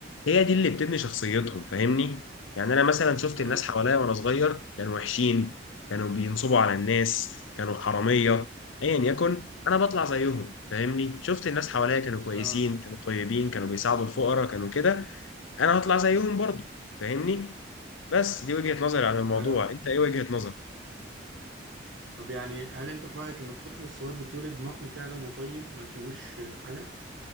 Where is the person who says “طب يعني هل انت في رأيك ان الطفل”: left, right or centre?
Right